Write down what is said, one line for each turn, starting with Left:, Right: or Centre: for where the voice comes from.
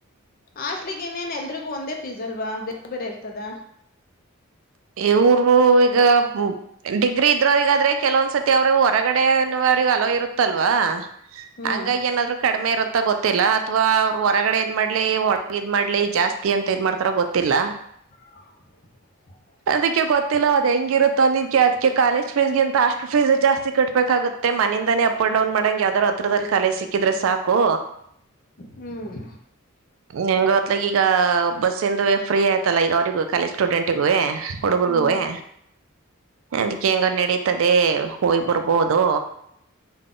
Left: ಹಾಸ್ಟೆಲ್ಗೆನ್ನೇನ್ ಎಲ್ರಿಗೂ ಒಂದೇ ಫೀಸ್ ಅಲ್ವಾ ಬೇರೆ ಬೇರೆ ಇರ್ತದ.
Right: ಇವರು ಈಗ ಡಿಗ್ರಿ ಇದ್ರೋರಗಾದ್ರೆ ಕೆಲವೊಂದ್ಸತಿ ಅವ್ರ ಹೊರಗಡೆ ಈಗ ಅವ್ರಿಗೆ ಅಲ್ಲೌ ಇರುತ್ತಲ್ವಾ
Left: ಹ್ಮ್
Right: ಹಂಗಾಗಿ ಏನಾದ್ರು ಕಡಿಮೆ ಇರುತ್ತ ಅಂತ ಗೊತ್ತಿಲ್ಲ ಅಥವಾ ಅವ್ರರು ಹೊರಗಡೆ ಇದ್ ಮಾಡ್ಲಿ ಒಳಗ ಇದ್ ಮಾಡ್ಲಿ ಜಾಸ್ತಿ ಅಂತ ಇದ್ ಮಾಡ್ತಾರ ಗೊತ್ತಿಲ್ಲ.
Left: <unintelligible>
Right: ಅದಕ್ಕೆ ಗೊತ್ತಿಲ್ಲ ಅದ್ ಹೆಂಗಿರುತ್ತೋ ಅದ್ಕೆ ಅದ್ಕೆ ಕಾಲೇಜ್ ಫೀಸ್ಗೆ ಅಂತ ಅಷ್ಟು ಫೀಸ್ ಜಾಸ್ತಿ ಕಟ್ಬೇಕಾಗುತ್ತೆ. ಮನೆಯಿಂದಾನೇ ಅಪ್ ಅಂಡ್ ಡೌನ್ ಮಾಡಂಗೆ ಯಾವ್ದಾರ್ ಹತ್ರದಲ್ಲಿ ಕಾಲೇಜ ಸಿಕ್ಕಿದ್ರೆ ಸಾಕು.
Left: ಹ್ಮ್
Right: ನಿಂಗೂ ಅತ್ಲಗೆ ಈಗ ಬಸ್ ಇಂದು ಫ್ರೀ ಆಯ್ತಲ್ಲ ಈಗ ಅವ್ರಿಗೂ ಕಾಲೇಜ್ ಸ್ಟೂಡೆಂಟಿಗೂವೆ. ಒಡುಗುರ್ಗುವೇ.
Left: ಹ್ಮ್
Right: ಅದಕ್ಕೆ ಹೆಂಗೋ ನಡೀತದೆ ಹೋಗ್ ಬರ್ಬೋದು.